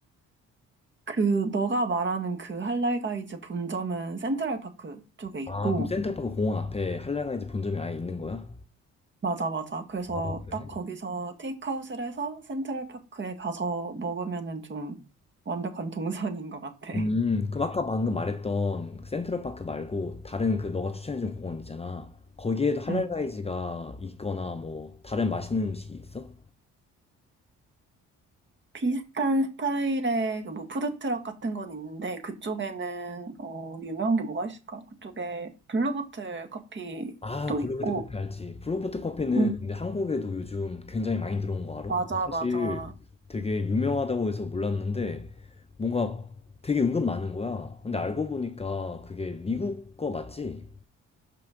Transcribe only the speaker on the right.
그 너가 말하는 그 할라이가이즈 본점은 센트럴파크 쪽에 있고
맞아 맞아 그래서
딱 거기서 테이크아웃을 해서 센트럴파크에 가서 먹으면은 좀 완벽한 <laughs> 동선인 것 같아.
응.
비슷한 스타일의 그뭐 푸드트럭 같은 건 있는데 그쪽에는 어 유명한 게 뭐가 있을까? 그쪽에 블루보틀 커피도
있고
응.
맞아
맞아